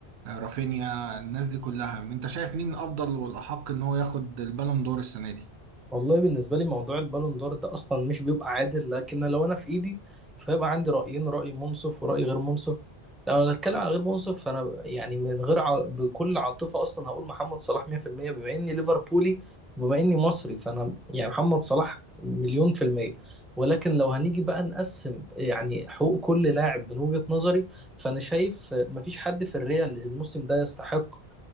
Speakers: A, on the right; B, in the centre.
A: آه، رافينيا الناس دي كلها أنت شايف مين أفضل والأحق إن هو ياخد البالون دور السنة دي؟
B: والله بالنسبة لي موضوع البالون دور ده أصلا مش بيبقى عادل لكن لو أنا في إيدي فيبقى عندي رأيين رأي منصف ورأي غير منصف لو أنا هتكلم عن غير منصف فأنا يعني من غير ع... بكل عاطفة أصلا هقول محمد صلاح 100% بما إني ليفربولي وبما إني مصري فأنا يعني محمد صلاح مليون في المية ولكن لو هنيجي بقى نقسم يعني حقوق كل لاعب من وجهة نظري فأنا شايف مفيش حد في الريال الموسم ده يستحق